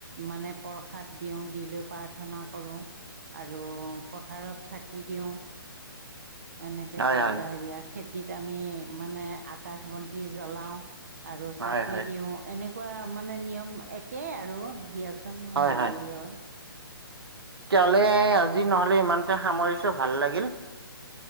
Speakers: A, on the right; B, on the right.
A: মানে প্ৰসাদ দিওঁ, দি লৈ প্ৰাৰ্থনা কৰোঁ। আৰু পথাৰত চাকি দিওঁ। এনেকে
B: হয়
A: প্ৰদা
B: হয়
A: হেৰিয়াত খেতিত আমি মানে আকাশ বন্তি জ্বলাও আৰু চাকি
B: হয় হয়
A: দিও এনেকুৱা মানে নিয়ম একে আৰু দিয়াচো <unintelligible>
B: হয়
A: হেৰিয়ৰ
B: তিয়ালে আজি নহলে ইমানতে সামৰিছোঁ ভাল লাগিল।